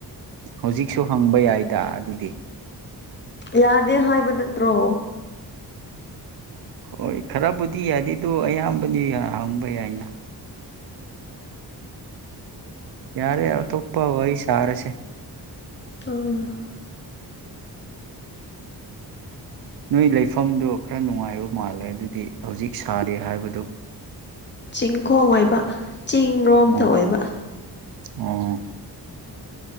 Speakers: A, on the right; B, on the left.
A: ꯍꯧꯖꯤꯛꯁꯨ ꯍꯪꯕ ꯌꯥꯏꯗ ꯑꯗꯨꯗꯤ
B: ꯌꯥꯗꯦ ꯍꯥꯏꯕ ꯅꯠꯇ꯭ꯔꯣ꯫
A: ꯍꯣꯏ ꯈꯔꯕꯨꯗꯤ ꯌꯥꯗꯦ ꯑꯗꯨ ꯑꯌꯥꯝꯕꯗꯤ ꯍꯪꯕ ꯌꯥꯏꯅ꯫ ꯌꯥꯔꯦ ꯑꯇꯣꯞꯄ ꯋꯥꯔꯤ ꯁꯔꯁꯦ꯫
B: ꯑꯣ꯫
A: ꯅꯣꯏ ꯂꯩꯐꯝꯗꯣ ꯈꯔ ꯅꯨꯡꯉꯥꯏꯕ ꯃꯥꯜꯂꯦ ꯑꯗꯨꯗꯤ ꯍꯧꯖꯤꯛ ꯁꯥꯗꯦ ꯍꯥꯏꯕꯗꯨ꯫
B: ꯆꯤꯡꯈꯣꯡ ꯑꯣꯏꯕ ꯆꯤꯡꯔꯣꯝꯗ
A: ꯑꯣ
B: ꯑꯣꯏꯕ꯫
A: ꯑꯣ